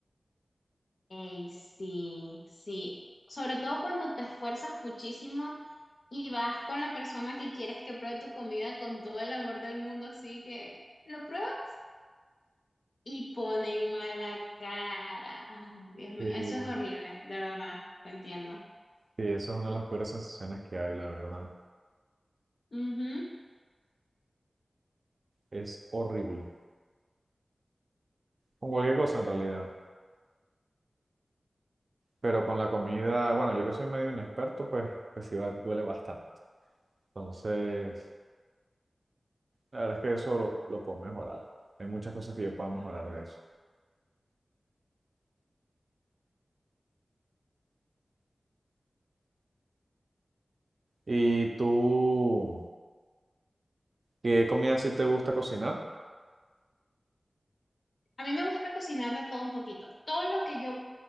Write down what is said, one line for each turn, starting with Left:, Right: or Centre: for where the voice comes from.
Left: Ey, sí, sí. Sobre todo cuando te esfuerzas muchísimo y vas con la persona que quieres que pruebe tu comida con todo el amor del mundo, así que lo pruebas y ponen mala cara. Ay, Dios mío,
Right: Sí.
Left: eso es horrible, de verdad, te entiendo.
Right: Sí, eso es una de las peores sensaciones que hay, la verdad.
Left: Ujú.
Right: Es horrible. Con cualquier cosa en realidad. Pero con la comida, bueno, yo que soy medio inexperto, pues, pues sí va- duele bastante. Entonces, la verdad es que eso lo, lo puedo mejorar. Hay muchas cosas que yo puedo mejorar de eso. ¿Y tú, qué comida sí te gusta cocinar?
Left: A mí me gusta cocinar de todo un poquito. Todo lo que yo,